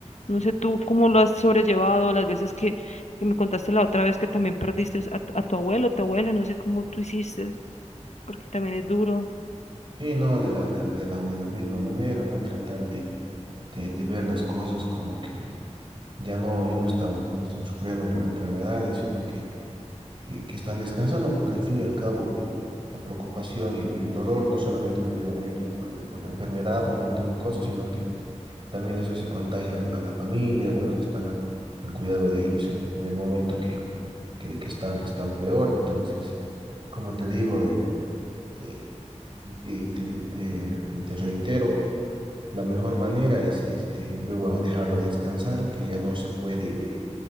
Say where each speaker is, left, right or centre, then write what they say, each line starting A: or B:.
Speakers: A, on the left; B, on the right.
A: No sé tú cómo lo has sobrellevado, las veces que, que me contaste la otra vez que también perdiste a, a tu abuelo, tu abuela, no sé cómo tú hiciste porque también es duro,
B: Sí, no, de la, de, de la, de la misma manera, ¿no? Tratar de, de, de ver las cosas como que ya no, ya no están, no están sufriendo por enfermedades, sino que, que, que están descansando, porque al fin y al cabo el- la preocupación y, y el dolor no solamente lo llevan ellos por, el- por la enfermedad o un montón de cosas, sino que también eso se contagia a, la a la familia o a los que están al, al cuidado de ellos en, en el momento que, que, que están, que están peor. Entonces, como te digo, de, eh, y, y te, y te, y te reitero. La mejor manera es este, de, bueno, dejarlo descansar, que ya no se puede